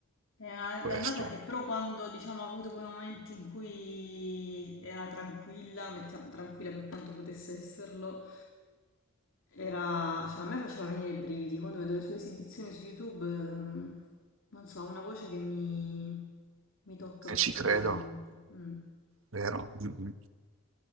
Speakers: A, on the left (about 65°); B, on the right (about 70°).
A: È una dannata
B: Questo.
A: che però quando, diciamo, ha avuto quei momenti in cui era tranquilla, mettiamo tranquilla per quanto potesse esserlo, era... Cioè, a me faceva venire i brividi. Quando vedo le sue esibizioni su YouTube, ehm, non so, ha una voce che mi, mi tocca particolarmente.
B: E ci credo,
A: Mm.
B: vero? Mm, mm.